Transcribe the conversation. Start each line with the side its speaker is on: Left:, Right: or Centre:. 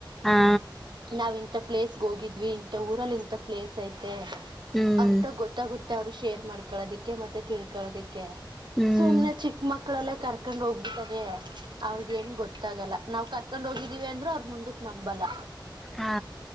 Centre: ಹಾ
Right: ನಾವ ಇಂತ ಪ್ಲೇಸ್ ಹೋಗಿದ್ವಿ ಇಂಥ ಊರಲ್ಲಿ ಇಂಂತ ಪ್ಲೇಸ್ ಐತೆ
Centre: ಹ್ಮ್
Right: ಅಂತ ಗೊತ್ತಾಗುತ್ತ <unintelligible> ಅವ್ರು ಶೇರ್ ಮಾಡ್ಕೊಳ್ಳೋದಿಕ್ಕೆ ಮತ್ತೆ ತಿಳ್ಕೊಳ್ಳೋದಿಕ್ಕೆ
Centre: ಹ್ಮ್
Right: ಸುಮ್ನೆ ಚಿಕ್ಕ ಮಕ್ಳ ಮಕ್ಕಳಲ್ಲೇ ಕರ್ಕೊಂಡು ಹೋಗ್ಬಿಟ್ಟದೇ ಅವ್ರಿಗೇನು ಗೊತ್ತಾಗಲ್ಲ. ನಾವವು ಕರ್ಕೊಂಡ್ ಹೋಗಿದ್ದೀವಿ ಅಂದ್ರರು ಅವ್ರರು ಮುಂದಕ್ ನಂಬಲ್ಲ.
Centre: ಹಾ